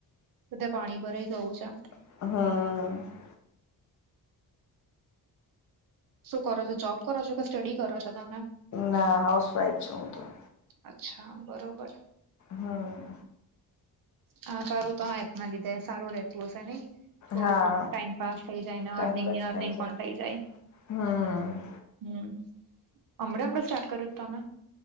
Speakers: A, on the right; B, on the left.
A: બધે પાણી ભરાઈ ગયું છે.
B: હ
A: શું કરો છો જોબ કરો છો કે સ્ટડી કરો છો તમે?
B: ના હાઉસ વાાઈફ છું હું તો
A: અચ્છા બરોબર
B: હા.
A: હા, સારું તો હા એપ ના લીધે સારું રેતું હશે. નઈ! થોડું
B: હા
A: ટાઈમ પાસ થઈ જાય અને
B: ટાઈમ
A: અર્નિંગની
B: પાસ
A: અર્નિંગ
B: થાય છે
A: પણ થઈ જાય.
B: હમ
A: હમ હમણાં-હમણાં સ્ટાર્ટ કર્યું છે? તમે.